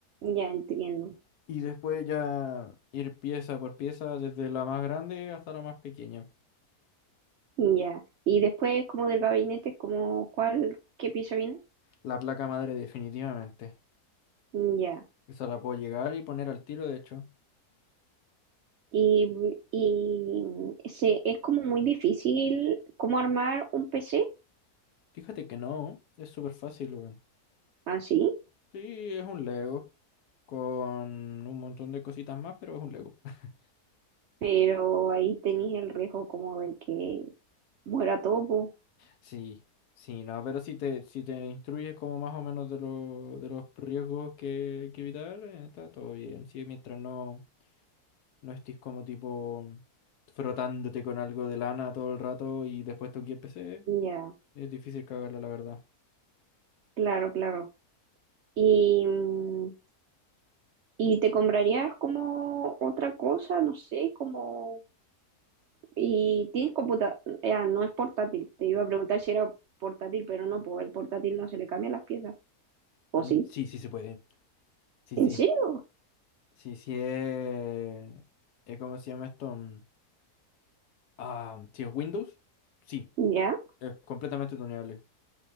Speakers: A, on the right; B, on the left.
A: ya entiendo.
B: Y después ya ir pieza por pieza, desde la más grande hasta la más pequeña.
A: Ya. Y después, como del gabinete, como cuál, qué pieza viene?
B: La placa madre definitivamente.
A: Ya.
B: Esa la puedo llegar y poner al tiro, de hecho.
A: Y, y se, es como muy difícil como armar un PC
B: Fíjate que no, es súper fácil, weón.
A: así,
B: Sí, es un Lego. Con un montón de cositas más, pero es un Lego. <laughs>
A: pero ahí tenéis el riesgo como de que muera todo. po.
B: Sí, sí, no, pero si te, si te instruyes como más o menos de, lo- de los riesgos que hay que evitar, eh, está todo bien. Sí, mientras no, no estés como tipo frotándote con algo de lana todo el rato y después toqué el PC,
A: Ya,
B: es difícil cagarla, la verdad.
A: claro, claro. Y, mm, y te comprarías como otra cosa, no sé, como... Y tienes computadora, ah, no es portátil. Te iba a preguntar si era portátil, pero no, pues el portátil no se le cambian las piezas. ¿O
B: Mm,
A: sí?
B: Sí, sí se puede. Sí,
A: ¿En
B: sí,
A: serio?
B: sí, sí, eh, eh, ¿cómo se llama esto? Mm, Ah, sí, es Windows. Sí,
A: Ya.
B: es completamente tuneable.